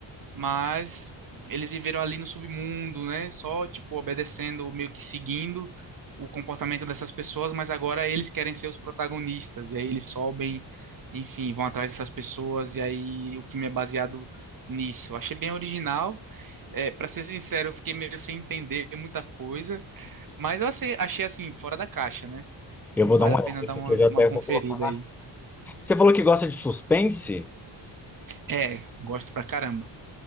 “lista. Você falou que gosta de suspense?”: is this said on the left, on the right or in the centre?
Centre